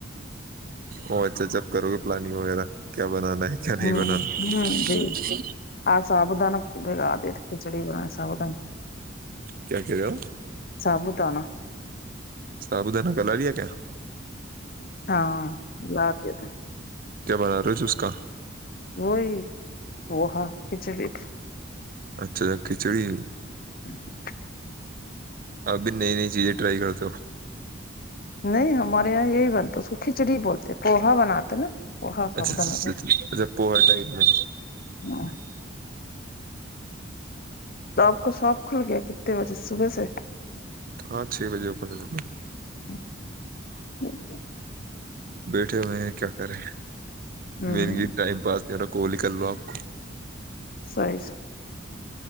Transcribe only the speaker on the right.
ا اچھا جب کرو گے پلاننگ وغیرہ کیا بنانا ہے کنہی
با <unintelligible>
کیا کہہ رہے ہو
سب اد ن کلالیا کیا
کیا بنا رہے تھ اس کا
اچھا اچھا کھچڑی
اب بھی نئی نئی چیزیں ٹرائی کرتے ہو
اچھا اچھا
اچ اچھا پوہر ٹپ میں
ہاں چھ بجے اوپر رہ
بیٹھے ہوئے کیا کر رہے
م کی ٹائم پاس نہیں ہو رہا کوال ن کر لو آپ کو